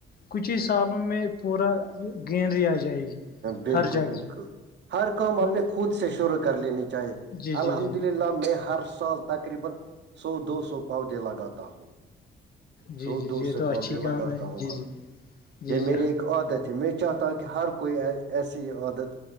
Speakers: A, on the left; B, on the right.
A: کچھ ہی سالوں میں پورا گینری آ جائے گی
B: بالکل
A: ہر جگہ
B: بالکل ہر کام
A: تو
B: اپنے خود سے شروع کر لینی چاہیے
A: جی جی
B: الحمد
A: جی
B: للہ میں ہر سال تقریباسو دو سو پودے لگاتا ہوں
A: جی
B: سو
A: جی
B: دو
A: جی یہ
B: سے
A: تو اچھی
B: پاپدیلا
A: کام
B: گتا
A: ہے
B: ہوں
A: جی
B: ہاں
A: جی جی
B: یہ
A: جی
B: میرری ایک عادت ہے میں چاہتا ہ کہ ہر کوئی ایسی یہ عادت